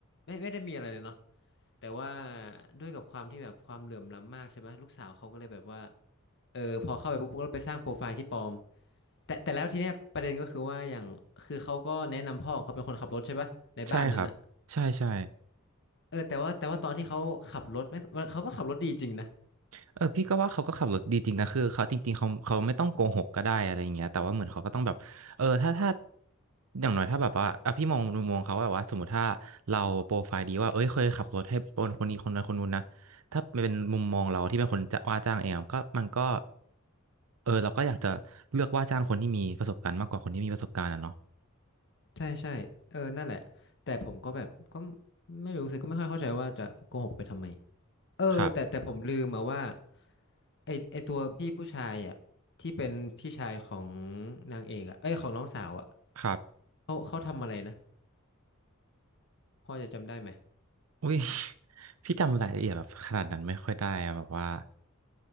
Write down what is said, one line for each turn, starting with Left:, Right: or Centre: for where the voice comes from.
Left: ไม่ไม่ได้มีอะไรเลยเนาะ แต่ว่าด้วยกับความที่แบบความเหลื่อมล้ำมากใช่ไหมลูกสาวเขาก็เลยแบบว่าเออพอเข้าไปปุ๊บก็ไปสร้างโปรไฟล์ที่ปลอมแต่แต่แล้วทีเนี้ยประเด็นก็คือว่าอย่างคือเขาก็แนะนำพ่อของเขาเป็นคนขับรถใช่ปะในบ้านนั้นอ่ะ
Right: ใช่ครับใช่ใช่
Left: เออแต่ว่าแต่ว่าตอนที่เขาขับรถแม่งเขาก็ขับรถดีจริงนะ
Right: เออพี่ก็ว่าเขาก็ขับรถดีจริงนะคือเขาจริงๆเขาเขาไม่ต้องโกหกก็ได้อะไรอย่างเงี้ยแต่ว่าเหมือนเขาก็ต้องแบบเออถ้าถ้าอย่างน้อยถ้าแบบว่าอ่ะพี่มองมุมมองเขาว่าแบบว่าสมมติถ้าเราโปรไฟล์ดีว่าเอ้ยเคยขับรถให้คนคนนี้คนนั้นคนนู้นนะถ้าเป็นมุมมองเราที่เป็นคนจะว่าจ้างเองอะก็มันก็เออเราก็อยากจะเลือกว่าจ้างคนที่มีประสบการณ์มากกว่าคนที่มีประสบการณ์อะเนาะ
Left: ใช่ใช่เออนั่นแหละแต่ผมก็แบบก็ไม่รู้สิก็ไม่ค่อยเข้าใจว่าจะโกหกไปทำไมเออแต่แต่ผมลืมมาว่า
Right: ครับ
Left: ไอไอตัวพี่ผู้ชายอ่ะที่เป็นพี่ชายของนางเอกอ่ะเอ้ยของน้องสาวอ่ะ
Right: ครับ
Left: เขาเขาทำอะไรนะ พอจะจำได้ไหม
Right: อุ้ย <laughs> พี่จำรายละเอียดแบบขนาดนั้นไม่ค่อยได้อะแบบว่า